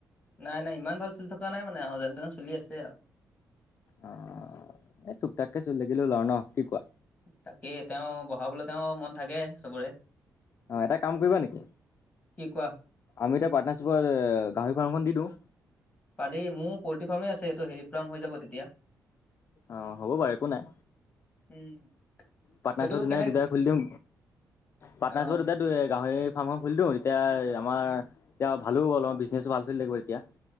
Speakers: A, on the left; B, on the left.
A: নাই- নাই ইমান ভাল চলি থকা নাই মানে আৰু যেনে -তেন চলি আছে আৰু।
B: অ', এই টুপ- টাককে চল থাকিলেও হল আৰু ন' কি কোৱা?
A: তাকেই তেওঁ বঢ়াবলৈ তেওঁ মন থাকে চবৰে
B: অহ, এটা কাম কৰিবা নেকি?
A: কি কোৱা
B: আমি এতিয়া পাৰ্টনাৰচিপৰ গাহৰি ফাৰ্মখন দি দিওঁ?
A: পাৰি মোৰ পল্ট্ৰি ফাৰ্মেই আছে এইটো হেৰি ফাৰ্ম হৈ যাব তেতিয়া। <unintelligible>
B: অহ, হ'ব বাৰু একো নাই।
A: উম,
B: পাটনাৰচিপত
A: সেইটো
B: ধুনীয়াকে
A: কেনে
B: দুটাই খুলি দিম। পাটনাৰিচপত
A: অ
B: দুটাই গাহৰি ফাৰ্মখন খুলি দিও এতিয়া আমাৰ এতিয়া ভালো অলপ বিজনেছটো ভাল চলিলে গৈ এতিয়া।